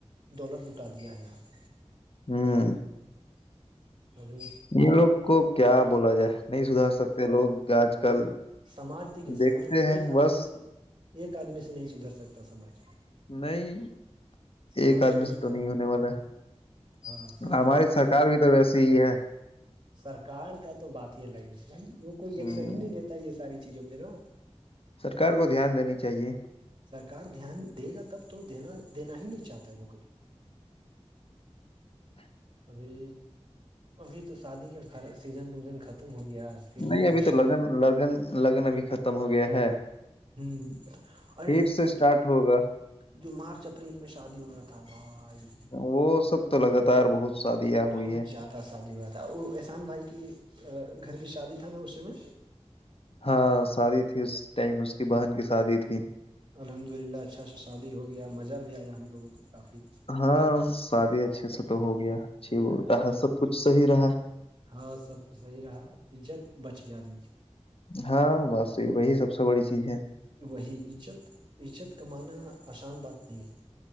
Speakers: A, on the right (about 40°); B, on the left (about 55°).
A: دولت لٹا دیا ہے یہاں پہ
B: ہوں
A: ابھی
B: ان لوگ کو کیا بولا جائے نہیں سودھار سکتے لوگ آج کل
A: ہاں سماج دیکھیے
B: دیکھتے
A: سماج
B: ہیں
A: ایک آدمی
B: بس
A: سے ایک آدمی سے نہیں سودھر سکتا سماج
B: نہیں
A: سماج
B: ایک آدمی
A: کو
B: سے
A: سدار
B: تو نہیں ہونے والا
A: ہاں
B: ہے
A: سماج
B: ہماری
A: کو سدھارنے
B: سرکار بھی
A: کے
B: تو
A: لیے
B: ویسی ہی ہے
A: سرکار کا تو بات ہی الگ ہے بھائی وہ کوئی ایکسن
B: ہ
A: ہی نہیں دیتے <unintelligible> ساری چیزوں پہ نا
B: سرکار کو دھیان دینی چاہیے
A: سرکار دھیان دے گا تب تو دینا ہی نہیں چاہتا ہے وہ کبھی
B: <inaudible>
A: ابھی ابھی تو شادی کا سیزن وزن ختم ہو گیا پھر
B: نہیں
A: بھی
B: ابھی تو
A: شادی
B: لگن لگن لگن ابھی ختم ہو گیا ہے
A: ہوں اور
B: پھر سے اسٹارٹ
A: جو
B: ہوگا
A: جو مارچ اپریل میں شادی ہو رہا تھا بھائی
B: وہ سب تو لگاتار بہت شادیاں
A: بہت
B: ہوئی ہے
A: زیادہ شادی ہوا تھا وہ احسان بھائی کی گھر کی شادی تھا نا اس میں
B: ہاں شادی تھی اس ٹائم اس کی بہن کی شادی تھی
A: الحمد للہ اچھا سا شادی ہو گیا مزہ بھی آیا ہم لوگوں کو کافی
B: ہاں شادی اچھے سے تو ہو گیا اچھی بولتا ہر سب کچ صحیح رہ
A: ہاں سب کو صحیح رہا عزت بچ گیا آدمی
B: ہاں بس یہ وہی سب سے بڑی چیز ہے
A: وہی عزت عزت کمانا آسان بات نہیں ہے